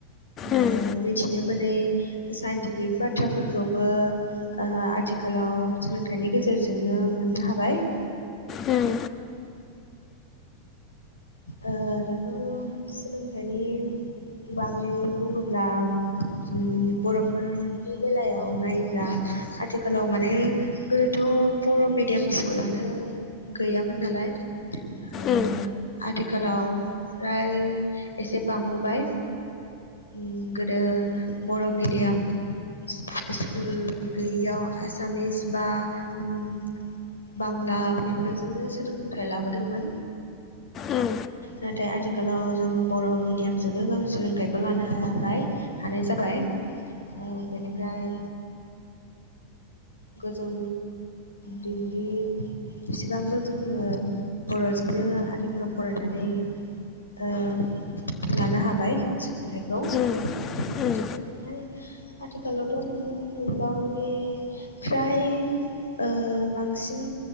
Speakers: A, on the left; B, on the left.
A: उम
B: ओ मिथिनो मोनै साइन्टिफिक बाथ्राफोर खौबो ओ आथिखालाव सोलोंथाइनि गेजेरजोंनो मोननो हाबाय
A: उम
B: ओ दाथ' सोलोंथाइनि बागै बुङोब्ला उम बर'फोरनि बेलायाव नायोब्ला आथिखालाव माने गोदोथ' बर' मिडियाम स्कुलानो गैयामोन नालाय ओ
A: उम
B: आथिखालाव फ्राय एसे बांबोबाय उम गोदो बर' मिडियाम सि स्कुल गैयियाव आसामिस बा उम बांला बेफोरजोंनो सोलोंथाइ लाबोदोंमोन
A: ओम
B: नाथाय आथिखालाव जों बर' मिडियामजोंनो गाव सोलोंथाइखौ लानो हाबाय हानाय जाबाय बेनिफ्राय गोजौ दिग्रि एसेबांबो जोङो बर'जोंनो आथि ल' फरायनानै ओ लानो हाबाय सो थाइखौ
A: उम
B: बेनिफ्राय।
A: उम
B: आथिखालावथ' नुनो मोनबावोेदि फ्राय ओ बांसिन